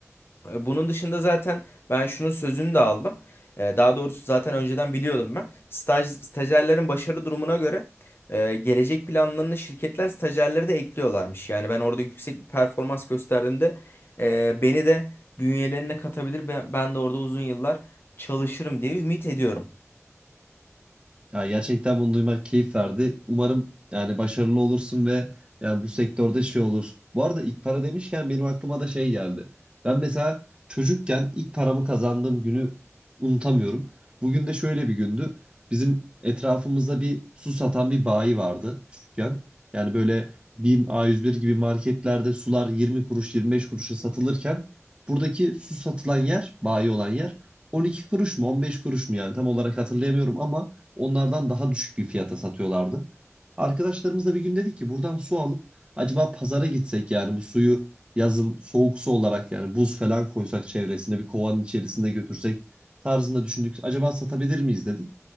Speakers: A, on the left; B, on the right.
A: E, Bunun dışında zaten ben şunun sözünü de aldım. E, Daha doğrusu zaten önceden biliyordum ben. Staj, stajyerlerin başarı durumuna göre e, gelecek planlarını şirketler stajyerlere de ekliyorlarmış. Yani ben orada yüksek bir performans gösterdiğimde e, beni de bünyelerine katabilir. Ben, ben de orada uzun yıllar çalışırım diye ümit ediyorum.
B: Ya gerçekten bunu duymak keyif verdi. Umarım yani başarılı olursun ve yani bu sektörde şey olur. Bu arada ilk para demişken benim aklıma da şey geldi. Ben mesela çocukken ilk paramı kazandığım günü unutamıyorum. Bugün de şöyle bir gündü. Bizim etrafımızda bir su satan bir bayi vardı küçükken. Yani böyle BİM, a yüz bir gibi marketlerde sular 20 kuruş 25 kuruşa satılırken buradaki su satılan yer, bayi olan yer 12 kuruş mu 15 kuruş mu yani tam olarak hatırlayamıyorum ama Onlardan daha düşük bir fiyata satıyorlardı. Arkadaşlarımızla bir gün dedik ki buradan su alıp acaba pazara gitsek yani bu suyu yazın soğuk su olarak yani buz falan koysak çevresine bir kovanın içerisinde götürsek tarzında düşündük. Acaba satabilir miyiz dedik.